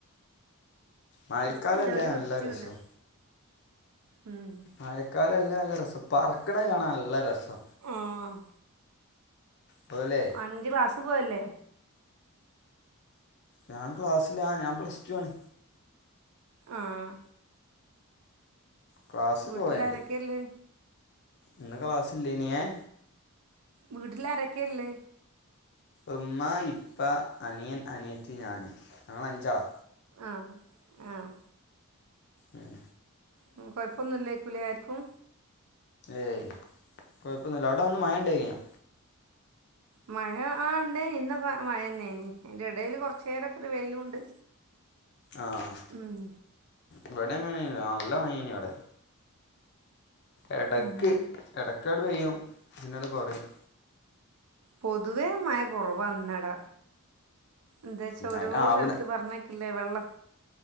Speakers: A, on the left; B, on the right.
A: മഴക്കാലമല്ലേ
B: വൃത്തില്ല ഒരു വൃത്ത്യൂല്ല.
A: നല്ല രസം
B: ഉം
A: മായക്കാലല്ലേ നല്ല രസം പറക്ക്ണെ കാണാ നല്ല രസാ.
B: ആഹ്
A: പോലേ
B: അന്ന്ട്ട് ക്ലാസ്സ് പോവല്ലേ
A: ഞാൻ ക്ലാസ്സിലാ ഞാൻ പ്ലസ് ടൂ ആണ്.
B: ആഹ്
A: ക്ലാസ്
B: വീട്ടിലാരെക്കെള്ളേ?
A: പോയുണ്ട് ഇന്ന് ക്ലാസ്സില്ലേനി. ഏഹ്?
B: വീട്ടില്ലാരെക്കെള്ളേ?
A: ഉമ്മ, ഇപ്പ, അനിയൻ, അനിയത്തി, ഞാന് ഞങ്ങള് അഞ്ചാളാ.
B: ആഹ് ആഹ്
A: ഉം
B: ഉം കൊയപ്പൊന്നുല്ലേയ്കുലേ ആര്ക്കും?
A: ഏയ് കൊയപ്പോന്നുല്ല അവടെ അന്ന് മഴണ്ടേന്യോ?
B: മഴ ആഹ് ഇണ്ടേനി ഇന്നൊക്കെ മഴന്നേനി. അയ്ന്റെടേല് കൊർച്ചേരൊക്കൊരു വെയിലുണ്ട്.
A: ആഹ്
B: ഉം,
A: ഇവട്യങ്ങനെ നേനി അല്ല മഴേനിവടെ. എടക്ക്
B: ഉം.
A: എടക്കട് പെയ്യും പിന്നണ്ട് കൊറയും.
B: പൊതുവേ മഴ കൊറവന്നെടാ എന്താച്ചാ ഓരോ
A: അതിനാവണ
B: സ്ഥല്ത്ത് പർഞ്ഞെക ഇല്ലേ വെള്ളം